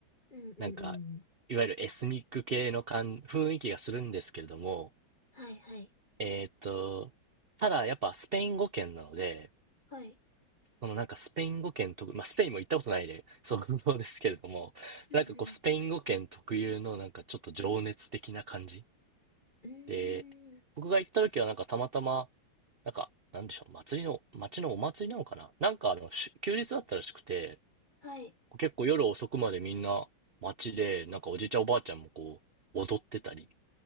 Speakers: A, on the left; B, on the right.
A: うんうんうん。
B: なんか、いわゆるエスニック系の感、雰囲気がするんですけれども、
A: はいはい。
B: えーっと、ただやっぱスペイン語圏なので、
A: はい。
B: そのなんかスペイン語圏特、まあスペインも行ったことないで、そう <laughs> そうですけれども、
A: うんうん。
B: なんかこうスペイン語圏特有のなんかちょっと情熱的な感じ
A: うーん。
B: で、僕が行った時はなんかたまたま、なんか、なんでしょう、祭りの、町のお祭りなのかななんかあの、し休日だったらしくて、
A: はい。
B: 結構夜遅くまでみんな街で、なんかおじいちゃんおばあちゃんもこう、踊ってたり。